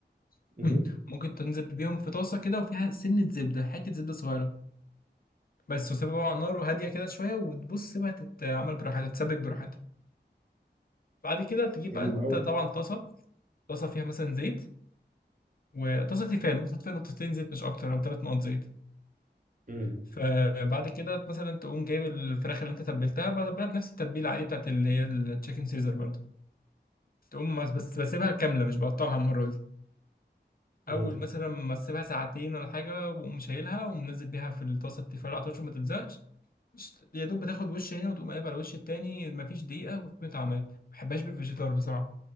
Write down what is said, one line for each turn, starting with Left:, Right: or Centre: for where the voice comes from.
Left: <clears throat>
Right: امم
Left: مم، ممكن تنزل بيهم في طاسة كده وفيها سنة زبدة حتة زبدة صغيرة بس وسيبها بقى على النار وهادية كده شوية وتبص بقى تتعمل براحتها تتسبك براحتها بعد كده تجيب
Right: حلو
Left: بقى أنت
Right: قوي
Left: طبعا طاسة طاسة فيها مثلا زيت وطاسة تيفال ممكن تحط فيها نقطتين زيت مش أكتر أو ثلاث نقط زيت
Right: مم.
Left: فبعد كده مثلا تقوم جايب الفراخ اللي انت تبلتها بتبلها بنفس التتبيله عادي بتاعت اللي هي التشيكن سيزر برضه تقوم بس بس بسيبها كامله مش بقطعها مره دي
Right: مم.
Left: اول مثلا ما اسيبها ساعتين ولا حاجه واقوم شايلها ومنزل بيها في الطاسه التيفال على طول عشان ما تلزقش يا دوب بتاخد وش هنا وتقوم قلب على الوش التاني مفيش دقيقه وتكون اتعملت ما بحبهاش بالفيجيتار بصراحه